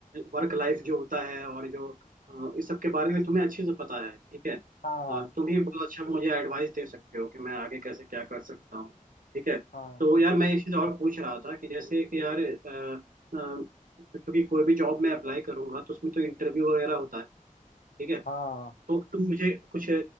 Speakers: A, on the right; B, on the left.
A: वर्क लाइफ जो होता है और जो अ, इस सब के बारे में तुम्हें अच्छे से पता है ठीक है
B: हाँ
A: अ, तुम ही बहुत अच्छा मुझे एडवाइस दे सकते हो कि मैं आगे कैसे क्या कर सकता हूँ ठीक है
B: हाँ
A: तो यार मैं एक चीज़ और पूछ रहा था कि जैसे कि यार अ, अ, क्योंकि कोई भी जॉब मैं अप्लाई करूंगा तो उसमें तो इंटरव्यू वगैरह होता है ठीक है
B: हाँ
A: तो तुम मुझे कुछ